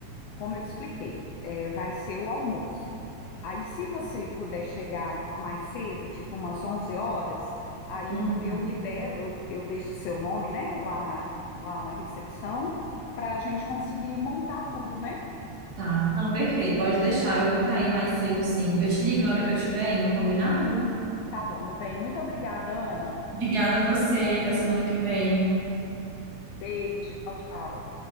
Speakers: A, on the left; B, on the right.
A: como eu te expliquei, é, vai ser o almoço. Aí, se você puder chegar mais cedo, tipo umas 11 horas, aí
B: Uhum.
A: eu, eu libero, eu, eu deixo o seu nome, né, lá na, lá na recepção, para a gente conseguir montar tudo, né?
B: Tá. Não, perfeito. Pode deixar. Eu vou estar aí mais cedo, sim. Eu te ligo na hora que eu estiver indo, combinado?
A: Tá bom, meu bem. Muito obrigada, Ana.
B: Obrigada a você. Até semana que vem.
A: Beijo, tchau, tchau.